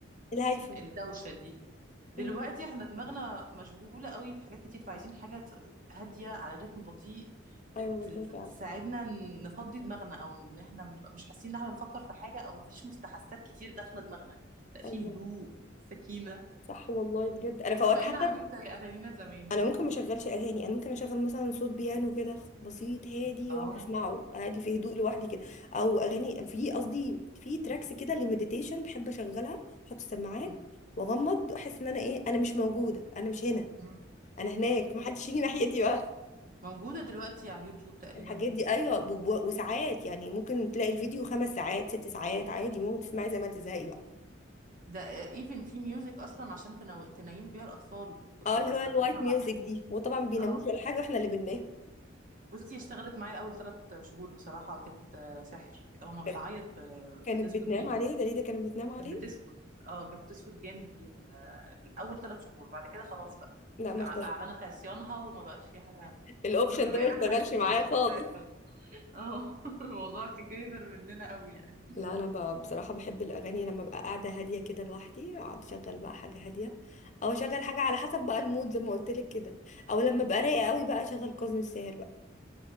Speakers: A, on the left (about 40°); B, on the right (about 45°).
A: الهايفه
B: الدوشة دي دلوقتي
A: أمم،
B: احنا دماغنا مشغولة قوي بحاجات كتير فعايزين حاجة ت- هادية على رتم بطيء ت-
A: ايوه
B: ت-
A: والله فعلا
B: تساعدنا ن- نفضي دماغنا او ان احنا بنبقى مش حاسين ان احنا بنفكر في حاجة او مفيش مستحسات كتير داخلة دماغنا يعني لا في
A: ايوه
B: هدوء سكينة
A: صح والله بجد انا فوات
B: بقينا
A: حتى
B: عاملين زي اهالينا زمان
A: انا ممكن ما اشغلش اغاني انا ممكن اشغل مثلا صوت بيانو كده خ- بسيط هادي
B: اه
A: واقعد اسمعه هادي في هدوء لوحدي كده او اغاني في قصدي في تراكس كده للمديتيشن بحب اشغلها احط السماعات
B: م-
A: واغمض احس ان انا ايه انا مش موجوده انا مش هنا
B: م.
A: انا هناك ما حدش يجي ناحيتي بقى
B: موجودة دلوقتي على اليوتيوب تقريبا
A: الحاجات
B: ال...
A: دي ايوه ب- ب- وساعات يعني ممكن تلاقي الفيديو خمس ساعات ست ساعات عادي ممكن تسمعي زي ما تزهقي بقى
B: ده ايفن في ميوزك اصلا عشان تنو... تنيمي بيها الاطفال كنت
A: اه اللي
B: بستخدمها
A: هو الوايت ميوزك
B: مع بنتي
A: دي وطبعا بيناموش
B: اه
A: ولا حاجه واحنا اللي بننام
B: بصي اشتغلت معايا اول ثلاث شهور بصراحه كانت آه، سحر اول ما بتعيط
A: كانت
B: ب-
A: كانت
B: بتسكت
A: بتنام
B: بيها
A: عليه دليده كانت بتنام عليه
B: كانت بتسكت اه كانت بتسكت جامد بيها آه، اول ثلاث شهور بعد كده خلاص بقى
A: لا
B: اتع-
A: ما اشتغل
B: اعلنت عصيانها وما بقاش في حاجه
A: الاوبشن
B: <laughs> بقينا
A: ده ما <laughs> اشتغلش
B: احنا نسمع
A: معايا
B: الموسيقى
A: خالص
B: بتاعتها اه <laughs> الموضوع كبر مننا قوي يعني
A: لا انا ب... بصراحه بحب الاغاني لما ابقى قاعده هاديه كده لوحدي اقعد اشغل بقى حاجه هاديه او اشغل حاجه على حسب بقى المود زي ما قلت لك كده او لما ابقى رايقه قوي بقى اشغل كاظم الساهر بقى